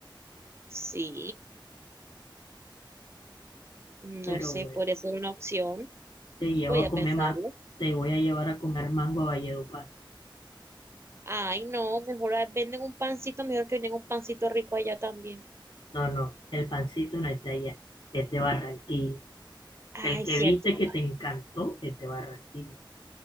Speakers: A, on the right (about 30°); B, on the left (about 65°).
A: Sí, no
B: Pero
A: sé,
B: bueno,
A: podría ser una opción.
B: te llevo
A: Voy
B: a
A: a
B: comer
A: pensarlo.
B: mango. Te voy a llevar a comer mango a Valledupar.
A: Ay, no, mejor ah, venden un pancito, mejor que venden un pancito rico allá también.
B: No, no, el pancito no es de allá. Es de Barranquilla.
A: Ay,
B: El que
A: cierto.
B: viste que te encantó es de Barranquilla.